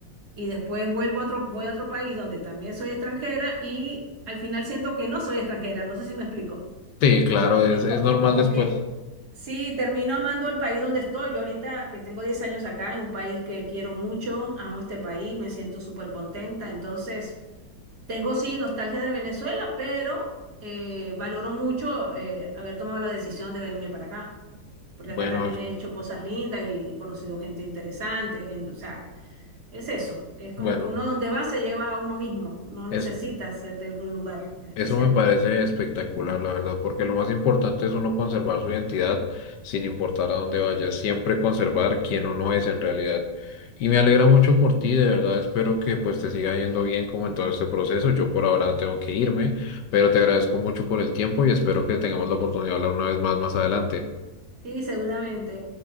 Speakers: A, on the right; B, on the left.
A: y después vuelvo a otro, voy a otro país donde también soy extranjera y al final siento que no soy extranjera, no sé si me explico.
B: Sí, claro, es,
A: Es co-
B: es normal
A: como
B: después.
A: que sí, termino amando el país donde estoy. Yo ahorita que tengo 10 años acá, en un país que quiero mucho, amo este país, me siento súper contenta. Entonces, tengo sí nostalgia de Venezuela, pero eh, valoro mucho eh, haber tomado la decisión de venirme para acá. Porque
B: Bueno,
A: acá también he hecho cosas lindas y he conocido gente interesante, gen- o sea, es eso, es como
B: bueno.
A: que uno donde va se lleva a uno mismo, no necesita
B: Es,
A: ser de algún lugar en especial.
B: eso me parece espectacular, la verdad, porque lo más importante es uno conservar su identidad sin importar a dónde vaya, siempre conservar quién uno es en realidad. Y me alegra mucho por ti, de verdad, espero que pues te siga yendo bien como en todo este proceso. Yo por ahora tengo que irme, pero te agradezco mucho por el tiempo y espero que tengamos la oportunidad de hablar una vez más más adelante.
A: Sí, seguramente.